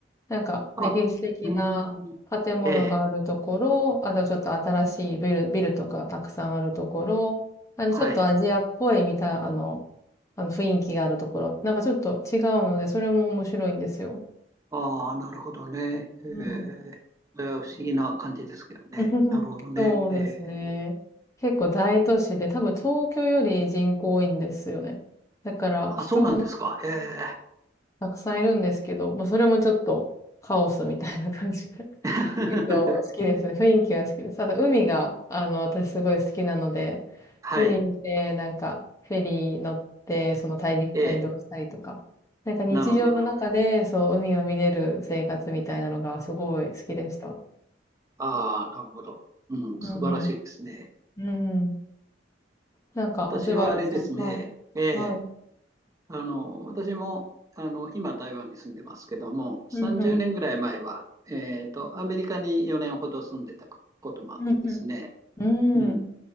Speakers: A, on the left; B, on the right.
A: なんか歴史的な
B: あ、うーん。
A: 建物があるところ、
B: ええ。
A: あとちょっと新しいビル、ビルとかがたくさんあるところ、あの、
B: はい。
A: ちょっとアジアっぽいみたいな、あの、あの雰囲気があるところ、なんかちょっと違うので、それも面白いんですよ。
B: ああ、なるほどね。ええ。
A: うんうん
B: それは不思議な感じですけどね。
A: <laughs>
B: なるほどね。
A: そうですね。
B: ええ。
A: 結構大都市で、多分東京より人口多いんですよね。だから人はまあ
B: あ、そうなんですか。ええ。
A: たくさんいるんですけど、まあそれもちょっとカオスみたいな感じで。<laughs>
B: <laughs>
A: 結構好きですね。雰囲気が好きです。あと海が、あの、私すごい好きなので、
B: はい。
A: 海見て、なんかフェリー乗って、その大陸間移動したりとか、
B: ええ。
A: なんか日常の中でそう海を見れる生活みたいなのがすごい好きでした。
B: なるほど、なるほど。ああ、なるほど。うん、
A: うんうん。
B: 素晴らしいですね。
A: うん。なんか、
B: 私はあれですね、
A: 松原さん。はい。
B: ええ、
A: はい。
B: あの、私も、あの、今台湾に住んでますけども、30年ぐらい前は、
A: うんうん。
B: えっと、アメリカに4年ほど住んでたこともあってですね、
A: うんうん。
B: うん。
A: うん。